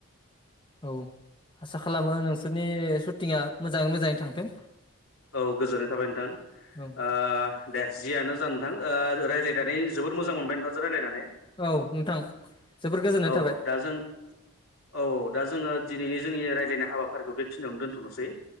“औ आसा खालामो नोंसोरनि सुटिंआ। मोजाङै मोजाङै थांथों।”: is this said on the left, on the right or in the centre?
Left